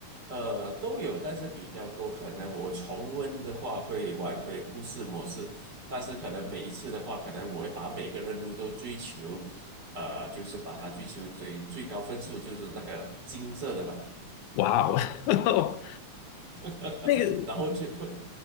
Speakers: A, on the right; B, on the left.
A: 呃，都有，但是比较多，可能我重温的话会玩回故事模式，但是可能每一次的话，可能我会把每个任务都追求，呃，就是把它追求最最高分数，就是那个金色的嘛，
B: 哇哦，
A: <laughs>
B: <laughs> 那个
A: 然后就会